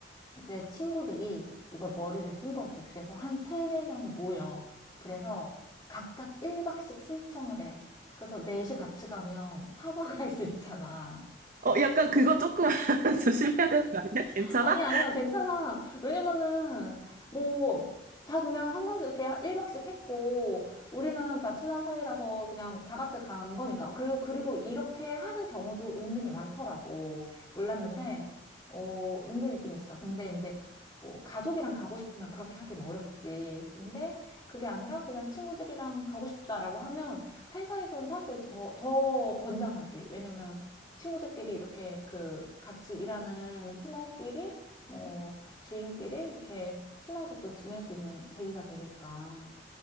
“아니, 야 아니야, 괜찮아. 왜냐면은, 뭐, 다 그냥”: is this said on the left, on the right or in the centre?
Left